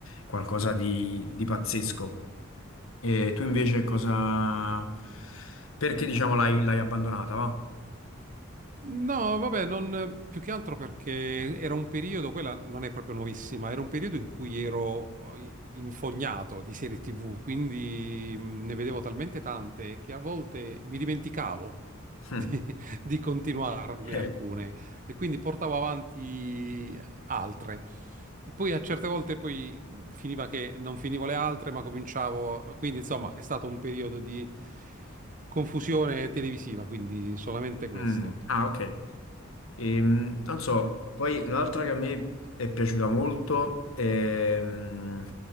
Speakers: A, on the left; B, on the right.
A: qualcosa di, di pazzesco. E tu invece cosa... Perché diciamo l'hai l'hai abbandonata, va?
B: No, vabbè, non, più che altro perché era un periodo, quella non è proprio nuovissima, era un periodo in cui ero eh, infognato di serie TV, quindi mh, ne vedevo talmente tante che a volte mi dimenticavo
A: <laughs>
B: <laughs> di, di continuarne
A: Eh,
B: alcune e quindi portavo avanti altre. E poi a certe volte poi mh, finiva che non finivo le altre, ma cominciavo, quindi insomma è stato un periodo di confusione televisiva, quindi solamente questo.
A: mm, ah, ok. Ehm, non so, poi un'altra che a me è piaciuta molto ehm,